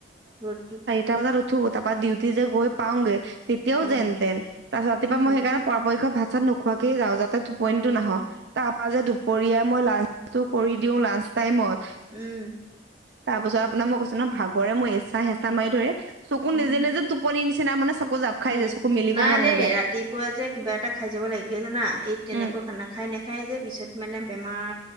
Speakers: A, on the right; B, on the right.
A: ৰ'দটো।
B: টা বজাত উঠো তা পা ডিউটি যে গৈ পাওগে তেতিয়াও
A: উম
B: যেন তেন তাছত ৰাতিপুৱা
A: উম
B: মই সেইকাৰেপ পোৱাপক্ষত ভাত চাত নোখোৱাকেই যাওঁ যাতে টোপনিটো
A: উম
B: নাহওঁক। তাৰ পা যে দুপৰীয়া মই লাল ছো কৰি দিওঁ লাঞ্চ টাইমত।
A: উম।
B: তাৰ পাছত আপোনাৰ মই কৈছো ন ভাগৰে মই এচা হেঁচা মাৰি ধৰে, চকু
A: উম
B: নিজে নিজে টোপনি নিচিনা মানে চকু জাঁপ খাই যায়
A: উম
B: চকু মিলিব
A: নাই
B: মন
A: দেই
B: নাযায়।
A: ৰাতিপুৱা যে কিবা এটা খাই যাব লাগে কিয় জানা এই তেনেকুৱা
B: উম
A: খানা খাই নাখায় যে পিছত মানে বেমাৰ